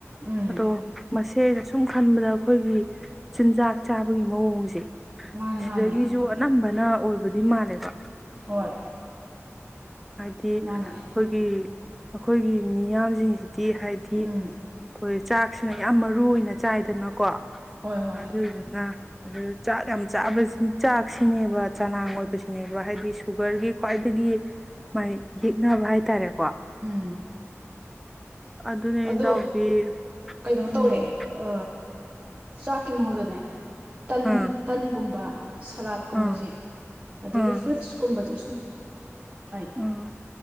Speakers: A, on the right; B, in the centre.
A: ꯎꯝ
B: ꯑꯗꯣ ꯃꯁꯦꯒꯁꯨ ꯁꯨꯝ ꯈꯟꯕꯗ ꯑꯩꯈꯣꯏꯒꯤ ꯆꯤꯟꯖꯥꯛ ꯆꯥꯕꯒꯤ ꯃꯑꯣꯡꯁꯦ
A: ꯃꯥꯅꯦ
B: ꯁꯤꯗꯒꯤꯁꯨ
A: ꯃꯥꯅꯦ
B: ꯑꯅꯝꯕ ꯅ ꯑꯣꯏꯕꯗꯤ ꯃꯥꯜꯂꯦꯕ
A: ꯍꯣꯏ꯫
B: ꯍꯥꯏꯗꯤ ꯑꯩꯈꯣꯏꯒꯤ
A: ꯃꯥꯅꯦ
B: ꯑꯩꯈꯣꯏꯒꯤ ꯃꯤꯌꯥꯝꯁꯤꯡꯁꯤ ꯍꯥꯏꯗꯤ ꯑꯩꯈꯣꯏ
A: ꯎꯝ
B: ꯆꯥꯛꯁꯤꯅ ꯌꯥꯝ ꯃꯔꯨ ꯑꯣꯏꯅ ꯆꯥꯏꯗꯅꯀꯣ
A: ꯍꯣꯏ ꯍꯣꯏ
B: ꯑꯗꯨꯗꯨꯅ ꯑꯗꯨ ꯆꯥꯛ ꯌꯥꯝ ꯆꯥꯕ ꯆꯥꯛꯁꯤꯅꯦꯕ ꯆꯅꯥꯥꯡ ꯑꯣꯏꯕꯁꯤꯅꯦꯕ ꯍꯥꯏꯗꯤ ꯁꯨꯒꯔꯒꯤ ꯈ꯭ꯋꯥꯏꯗꯒꯤ ꯃꯥꯥꯏ ꯌꯦꯛꯅꯕ ꯍꯥꯏꯇꯥꯔꯦ
A: ꯎꯝ
B: ꯑꯗꯨꯅꯦ
A: ꯑꯗꯣ
B: ꯏꯇꯥꯎꯕꯤ
A: ꯀꯩꯅꯣ
B: ꯎꯝ
A: ꯇꯧꯋꯦ ꯑ ꯆꯥꯀꯤ ꯃꯍꯨꯠ ꯇꯥꯅꯦ ꯇꯟ
B: ꯑꯥ
A: ꯇꯟꯒꯨꯝꯕ ꯁꯂꯥꯠꯀꯨꯝꯕꯁꯦ
B: ꯑꯥ
A: ꯑꯗꯒꯤ
B: ꯑꯥ
A: ꯐ꯭ꯔꯨꯏꯠꯁ ꯀꯨꯝꯕꯁꯦ <unintelligible>
B: ꯑꯥ
A: <unintelligible>